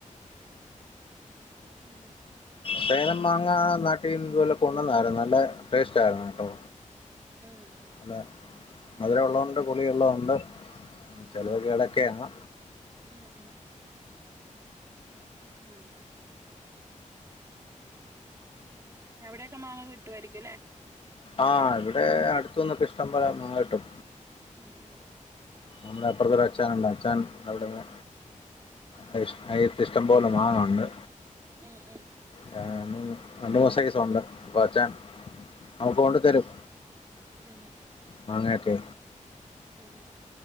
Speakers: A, on the right; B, on the left.
A: ഉം
B: സേലം മാങ്ങാ നാട്ടീന്ന് ഇതുപോലെ കൊണ്ടുവന്നായിരുന്നു നല്ല ടേസ്റ്റ് ആയിരുന്നു കേട്ടോ
A: ഉം ഉം
B: നല്ല മധുരം ഒള്ളതുണ്ട് പുളി ഒള്ളതുണ്ട് ചിലതൊക്കെ ഇടക്കെയാണ്
A: ഉം ഉം ഉ അവിടെക്കെ മാങ്ങ കിട്ട് കിട്ടുവായിരിക്കും ല്ലേ
B: ആഹ് ഇവിടെ അടുത്തൂന്നൊക്കെ ഇഷ്ട്ടം പോലെ മാങ്ങ കിട്ടും
A: ഉം ഉം
B: നമ്മളെ അപ്പറത്തൊരു അച്ചായൻ ഇണ്ട് അച്ചായൻ അവിടെന്ന് <unintelligible> ഇഷ്ട്ടം പോലെ മാവൊണ്ട്
A: ഉം ഉം
B: ഞാന് രണ്ടു മാസത്തേക്ക് <unintelligible> അപ്പ അച്ചാൻ <unintelligible> കൊണ്ട് തരും
A: ഉം ഉം
B: മാങ്ങയൊക്കെ
A: ഉം ഉം